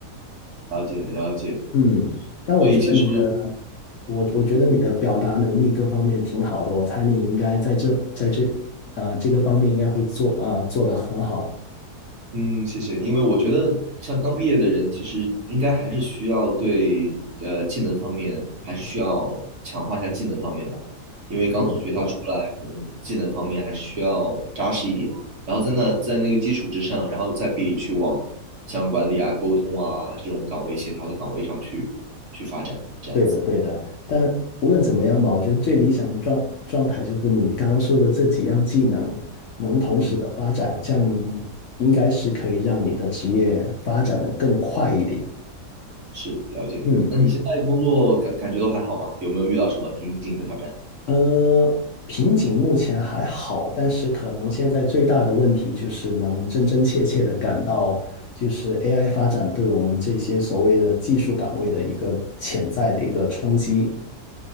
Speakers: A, on the right (about 50°); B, on the left (about 60°).
A: 了解了解。
B: 嗯。但我觉得你的
A: 所以其实
B: 我我觉得你的表达能力各方面挺好的，我猜你应该在这在这啊、这个方面应该会做啊、做得很好。
A: 嗯，谢谢。因为我觉得，像刚毕业的人，其实应该还是需要对呃技能方面，还是需要强化一下技能方面吧。因为刚从学校出来，
B: 是的，是的，
A: 可能技能方面还是需要扎实一点。然后在那在那个基础之上，然后再可以去往像管理啊、沟通啊这种岗位、协调的岗位上去去发展，这样子。
B: 对的对的。但无论怎么样吧，我觉得最理想的状状态就是你刚刚说的这几样技能能同时的发展，
A: 嗯，
B: 这样应该是可以让你的职业发展的更快一点。
A: 是了解。
B: 嗯。
A: 那你现在工作感感觉都还好吗？有没有遇到什么瓶颈和挑战？
B: 呃，瓶颈目前还好，但是可能现在最大的问题就是能真真切切的感到，就是 AI 发展对我们这些所谓的技术岗位的一个潜在的一个冲击。